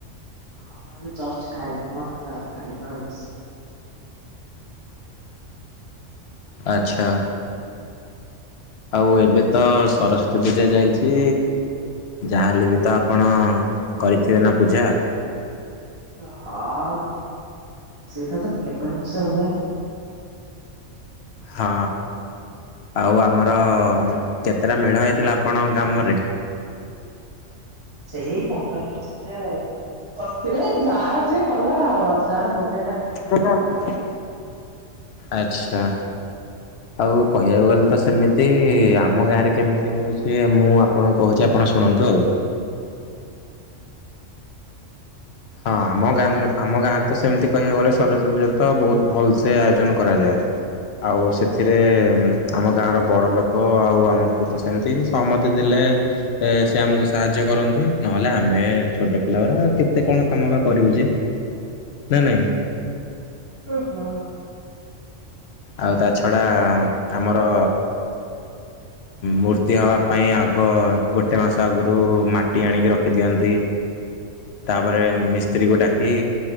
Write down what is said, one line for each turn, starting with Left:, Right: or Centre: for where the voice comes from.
Right: ହଁ ଏଇ ଜଷ୍ଟ ଖାଇକି ମୁଁ ନା ଖାଇଲି ପା ମେଡିସିନ ଟା।
Left: ଆଚ୍ଛା। ଆଉ ଏବେ ତ ସରସ୍ଵତୀ ପୂଜା ଯାଇଚି ଯାହାହେଲେ ବି ତ ଆପଣ କରିଥିବେ ନା ପୂଜା?
Right: ହଁ ସେଇଟା ତ କେବେ ଏଣିକି ସ‌ଇଲାଣି।
Left: ହଁ। ଆଉ ଆମର କେତେଟା ମେଢ ହେଇଥିଲା ଆପଣଙ୍କ ଗାମରେ?
Right: ସେଇ ପନ୍ଦର ତ ସେତେ କରିଥିଲେ ଯାହା ଜିଏ କଲା ଆଉ ତାର <unintelligible>
Left: ସେଇଟା ହେଲା। ଆଚ୍ଛା। ଆଉ କହିବାକୁ ଗଲେ ତ ସେମିତି ଆମ ଗାଁରେ କେମିତି ହୋଉଚି। ମୁଁ ଆ ପଣଙ୍କୁ କୋହୁଚି ଆପଣ ଶୁଣନ୍ତୁ ଆଉ। ହଁ ଆମ ଗାଁମ୍ ଆମ ଗାଁରେ ତ ସେମିତି କହିବାକୁ ଗଲେ ସରସ୍ଵତୀ ପୂଜା ତ ବହୁତ ଭଲସେ ଆୟୋଜନ କରାଯାଏ। ଆଉ ସେଥିରେ ଆମ ଗାଁର ବଡ଼ ଲୋକ ଆଉ ଆମକୁ ତ ସେମିତି ସହମତି ଦେଲେ। ହେ ଆମକୁ ସାହାଯ୍ୟ କରନ୍ତି ନହେଲେ ଆମେ ଛୋଟ ପିଲାଗୁଡ଼ା କେ। ଏତେ କଣ କାମ ବା କରିବୁ ଯେ ନା ନାଇଁ।
Right: ଓହୋ।
Left: ଆଉ ତା ଛଡ଼ା ଆମର। ମୂର୍ତ୍ତି ହବା ପାଇଁ ଆଗ ଗୋଟେ ମାସ ଆଗରୁ ମାଟି ଆଣିକି ରଖିଦିଅନ୍ତି। ତାପରେ ମିସ୍ତ୍ରୀ କୁ ଡାକି।